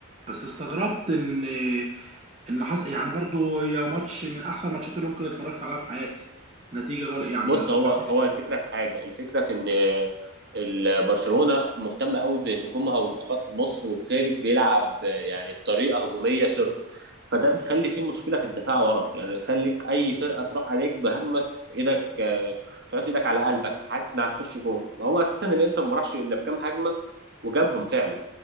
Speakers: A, on the right (about 30°); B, on the right (about 50°).
A: بس استغربت ان ان حصل يعني برضو يا ماتش من احسن ماتشات اللي ممكن اتفرجت عليها في حياتي نتيجة غير يعني
B: بص
A: ده 7
B: هو هو الفكره في حاجه الفكره في ان ال- برشلونه مهتمه قوي بهجومها وخط النص وفيليك بيلعب يعني بطريقه هجوميه صرف فده بيخلي فيه مشكله في الدفاع ورا يعني يخليك اي فرقه تروح عليك بهجمه ايدك آه، تحط ايدك على قلبك حاسس انها هتخش جون هو اساسا الانتر ما راحش الا بكام هجمه وجابهم فعلا